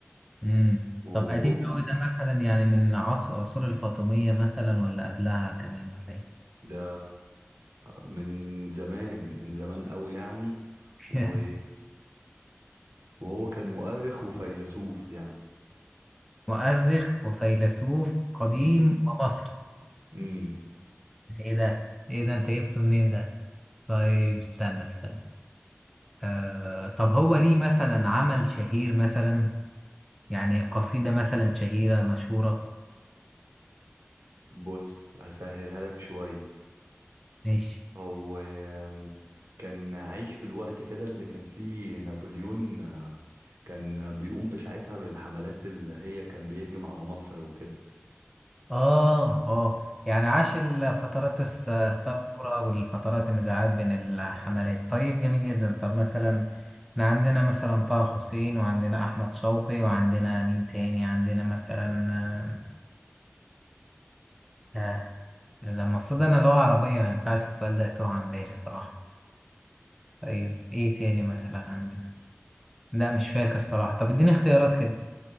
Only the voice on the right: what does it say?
وب...
ده من زمان من زمان قوي يعني
و... وهو كان مؤرخ وفيلسوف يعني
امم
أمم.
بص هسهلها لك شوية
هو آم، كان عايش في الوقت كده اللي كان فيه نابليون آه، كان بيقوم بساعتها بالحملات اللي هي كان بيهجم على مصر وكده